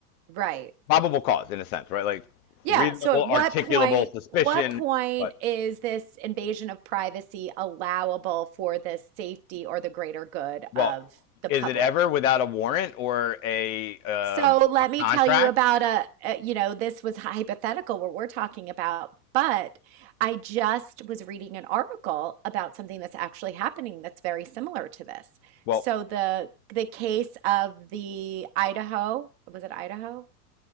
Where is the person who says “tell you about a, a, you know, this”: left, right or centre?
Right